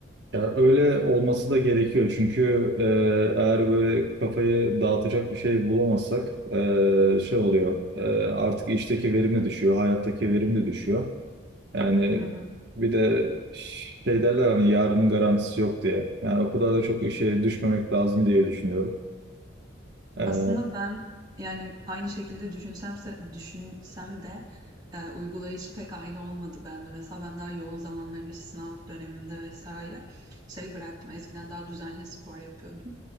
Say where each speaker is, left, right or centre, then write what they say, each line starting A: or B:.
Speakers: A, on the right; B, on the right.
A: ya öyle olması da gerekiyor çünkü e, eğer böyle kafayı dağıtacak bir şey bulamazsak e, şey oluyor. E, artık işteki verim de düşüyor, hayattaki verim de düşüyor. Yani
B: Hı hı.
A: bir de şey derler hani yarının garantisi yok diye. Yani o kadar da çok işe düşmemek lazım diye düşünüyorum. Ee,
B: Aslında ben yani aynı şekilde düşünsemse düşünsem de e, uygulayışı pek aynı olmadı bende. Mesela ben daha yoğun zamanlarımda işte sınav dönemimde vesaire şey bıraktım. Eskiden daha düzenli spor yapıyordum.